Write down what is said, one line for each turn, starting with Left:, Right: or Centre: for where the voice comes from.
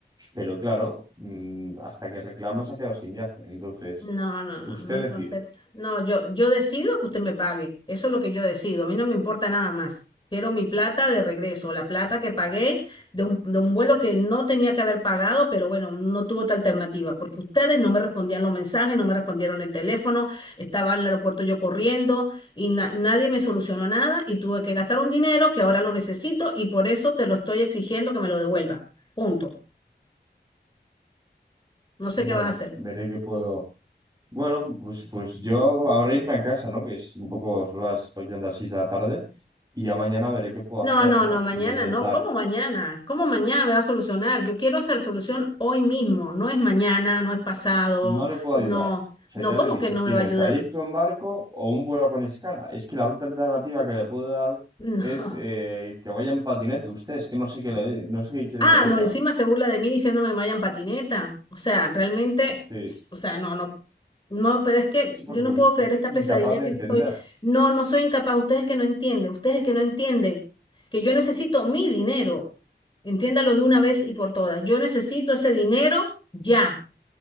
Right: Pero claro, mm, hasta que reclama se ha quedado sin viaje. Entonces,
Left: No, no, no,
Right: usted
Left: no lo
Right: decide.
Left: acepto. No, yo, yo decido que usted me pague. Eso es lo que yo decido. A mí no me importa nada más. Quiero mi plata de regreso, la plata que pagué de un, de un vuelo que no tenía que haber pagado, pero bueno, no tuvo otra alternativa, porque ustedes no me respondían los mensajes, no me respondieron el teléfono, estaba en el aeropuerto yo corriendo y na- nadie me solucionó nada y tuve que gastar un dinero que ahora lo necesito y por eso te lo estoy exigiendo que me lo devuelva. Punto. No sé
Right: Bueno,
Left: qué vas a hacer.
Right: veré qué puedo, Bueno, pues, pues yo ahora irme a casa, ¿no? Que es un poco son las prácticamente las 6 de la tarde y ya mañana veré qué puedo
Left: No,
Right: hacer,
Left: no,
Right: ¿no?
Left: no, mañana
Right: Voy a intentar,
Left: no. ¿Cómo mañana? ¿Cómo mañana me va a solucionar? Yo quiero hacer solución hoy mismo. No es mañana, no es pasado,
Right: no le puedo ayudar.
Left: no,
Right: O sea,
Left: no,
Right: ya
Left: ¿cómo
Right: le he dicho,
Left: que no
Right: tiene
Left: me va a ayudar?
Right: el trayecto
Left: <laughs>
Right: en barco o un vuelo con escala. Es que la otra alternativa que le puedo dar
Left: No.
Right: es eh, que vaya en patinete usted, es que no sé qué le, no sé qué quiere
Left: Ah,
Right: que le
Left: no,
Right: diga.
Left: encima se burla de mí diciéndome que me vaya en patineta. O sea, realmente,
Right: Sí,
Left: o sea, no, no, no, pero es que
Right: sí, porque
Left: yo no
Right: usted
Left: puedo creer esta
Right: es incapaz
Left: pesadilla
Right: de
Left: que
Right: entender.
Left: estoy. No, no soy incapaz. Usted es el que no entiende, usted es el que no entiende que yo necesito mi dinero. Entiéndalo de una vez y por todas. Yo necesito ese dinero ya.